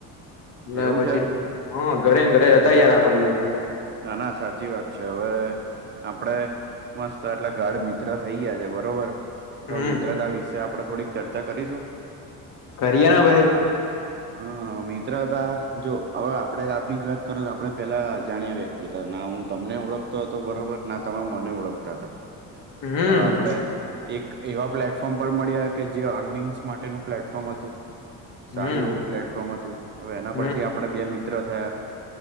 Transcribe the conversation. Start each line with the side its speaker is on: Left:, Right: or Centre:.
Left: એટલે
Right: એવું
Left: પછી
Right: છે
Left: હ ઘરે ને ઘરે હતા આખો દિવસ
Right: ના ના સાચી વાત છે હવે આપડે મસ્ત એટલે ગાઢ મિત્ર થઈ ગયા છે બરોબર
Left: હમ
Right: તો મિત્રતા વિશે આપણેે થોડીક ચર્ચા કરીશું
Left: કરીએ ના ભાઈ
Right: હ મિત્રતા જો હવે આપડે આપડી જ વાત કરો તો આપડે પેલા અજાણ્યા વ્યક્તિ હતા ના હું તમને ઓળખતો હતો બરોબર ના તમે મને ઓળખતા હતા.
Left: હમ
Right: હવે આપડે. એક એવા પ્લેટફોર્મ પર મળ્યા કે જે એર્નિંગ્સ માટેનું પ્લેટફોર્મ હતું.
Left: હમ
Right: સારું એવું પ્લેટફોર્મ હતુ. હવે એના
Left: હમ
Right: પરથી આપડે બે મિત્ર થયા.